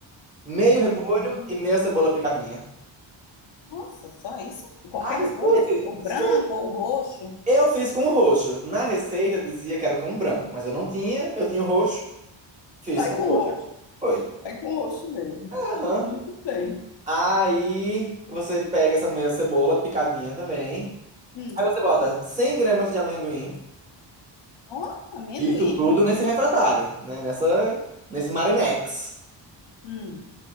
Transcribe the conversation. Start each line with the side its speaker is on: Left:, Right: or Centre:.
Right: meio repolho
Left: hum.
Right: e meia cebola picadinha.
Left: Nossa, só isso? Qualquer
Right: Ah,
Left: repolho,
Right: escute,
Left: é? Ou branco,
Right: escute.
Left: ou o roxo?
Right: Eu fiz com roxo. Na receita dizia que era com branco, mas eu não tinha, eu tinha o roxo, fiz
Left: Vai
Right: com
Left: com
Right: roxo.
Left: roxo,
Right: Foi.
Left: vai com roxo mesmo.
Right: Aham.
Left: Muito bem.
Right: Aí você pega essa meia cebola picadinha também.
Left: Hum.
Right: Aí você bota 100 gramas de amendoim.
Left: Ó, amendoim.
Right: Isso tudo nesse refratário, né? Nessa, nesse Marinex.
Left: Hum,